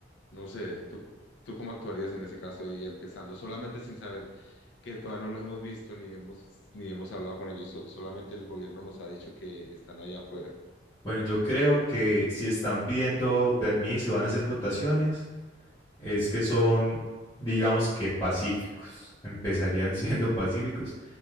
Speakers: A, on the left (about 75°); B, on the left (about 20°).
A: no sé, ¿tú, tú cómo actuarías en ese caso y empezando solamente sin saber que todavía no los hemos visto ni hemos, ni hemos hablado con ellos, so- solamente el gobierno nos ha dicho que están allá afuera,
B: Bueno, yo creo que si están pidiendo permiso y van a hacer votaciones, es que son, digamos que pacíficos, empezarían <laughs> siendo pacíficos